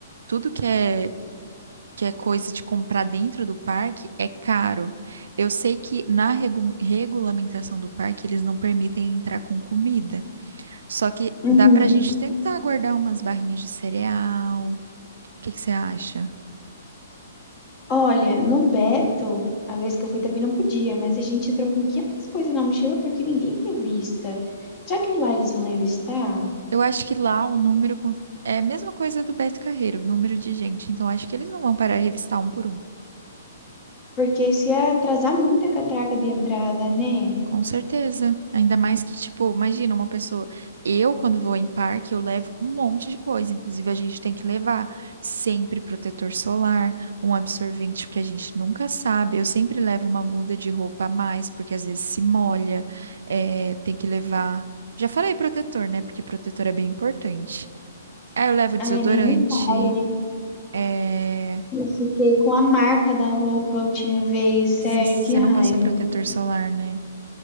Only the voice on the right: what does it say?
tudo que é, que é coisa de comprar dentro do parque é caro. Eu sei que na regu- regulamentação do parque eles não permitem entrar com comida. Só que
dá pra gente tentar guardar umas barrinhas de cereal. O que que você acha?
Eu acho que lá o número com- é a mesma coisa do Beto Carreiro, o número de gente. Então acho que eles não vão parar de revistar um por um.
Com certeza. Ainda mais que, tipo, imagina uma pessoa. Eu, quando vou em parque, eu levo um monte de coisa. Inclusive, a gente tem que levar sempre protetor solar, um absorvente, porque a gente nunca sabe. Eu sempre levo uma muda de roupa a mais, porque às vezes se molha. É, tem que levar. Já falei protetor, né? Porque protetor é bem importante. Aí eu levo desodorante.
É...
Você
não passou protetor solar, né?